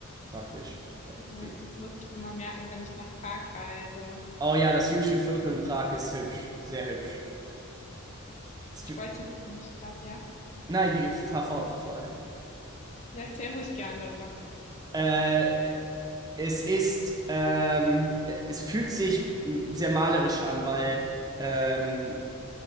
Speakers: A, on the right (about 20°); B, on the left (about 35°).
A: praktisch.
B: Toll.
A: Äh,
B: Das muss ich mir mal merken, wenn ich nach Prag reise.
A: Oh ja, das Jüdische Viertel in Prag ist hübsch, sehr hübsch. Es
B: Ich
A: fü-
B: wollte dich nämlich gerade, ja?
A: Nein, die, fahr fort, fahr fort.
B: Ja, erzähl ruhig gern darüber.
A: Äh, es ist, ähm, es fühlt sich mm, sehr malerisch an, weil ähm,